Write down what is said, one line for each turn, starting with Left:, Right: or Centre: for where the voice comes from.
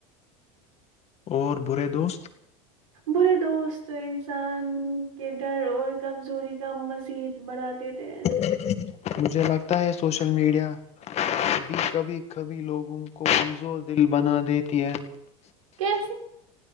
Left: اور برے دوست
Right: برے دوست انسان کے ڈر اور کمزوری کا مزید بڑھا دیتے ہیں
Left: <unintelligible> مجھے لگتا ہے سوشل میڈیا بھی کبھی کبھی لوگوں کو کمزور دل بنا دیتی ہے
Right: کیسے